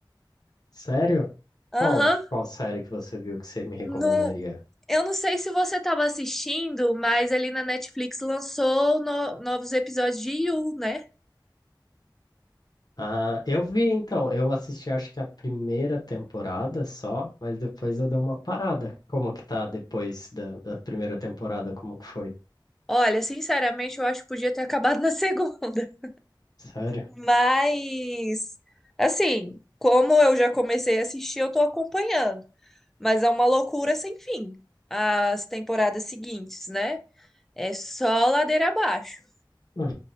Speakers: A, on the left; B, in the centre.
A: Sério?
B: Aham.
A: Qual? Qual série que você viu que você me recomendaria?
B: No, eu não sei se você tava assistindo, mas ali na Netflix lançou no- novos episódios de You, né?
A: Ah, eu vi então, eu assisti acho que a primeira temporada só, mas depois eu dei uma parada. Como que tá depois da, da primeira temporada? Como que foi?
B: Olha, sinceramente, eu acho que podia ter <laughs> acabado na segunda. <laughs>
A: Sério?
B: Mas, assim, como eu já comecei a assistir, eu tô acompanhando. Mas é uma loucura sem fim, as temporadas seguintes, né? É só ladeira abaixo.
A: Hum.